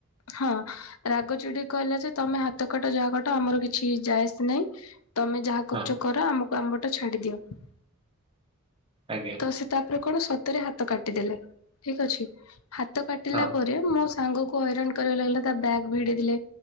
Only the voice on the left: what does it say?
ହଁ ରାଗଚିଡ଼ି କହିଲା ଯେ ତମେ ହାତ କାଟ ଯାହା କାଟ ଆମର କିଛି ଯାଏ ଆସ ନାଇଁ ତମେ ଯାହା କରୁଚ
କର ଆମକୁ ଆମ୍ ବାଟ ଛାଡ଼ି ଦିଅ।
ତ ସେ ତାପରେ କଣ ସତରେ ହାତ କାଟିଦଲେ ଠିକ ଅଛି ହାତ କାଟିଲା
ପର ରେ ମୋ ସାଙ୍ଗକୁ ହଇରାଣ କରିବାକୁ ଲାଗିଲା ତା ବ୍ୟାଗ ଭିଡ଼ିଲେ।